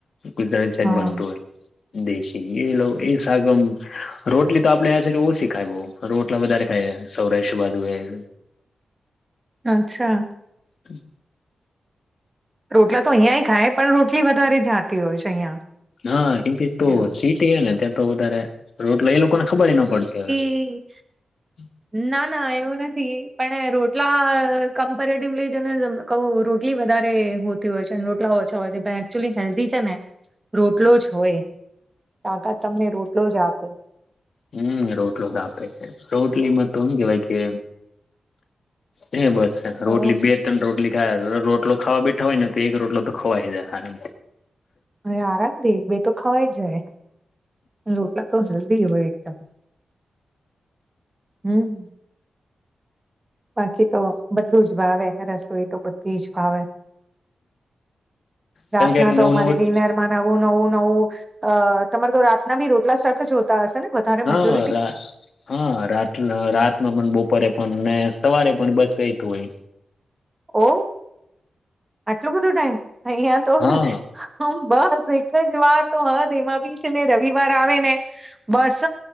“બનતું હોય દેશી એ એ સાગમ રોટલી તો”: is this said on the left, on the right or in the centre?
Left